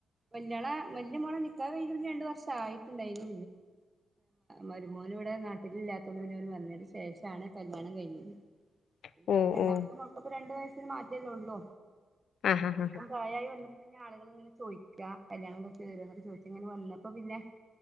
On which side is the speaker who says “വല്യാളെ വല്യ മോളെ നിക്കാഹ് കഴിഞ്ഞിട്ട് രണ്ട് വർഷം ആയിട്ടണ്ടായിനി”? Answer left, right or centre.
Right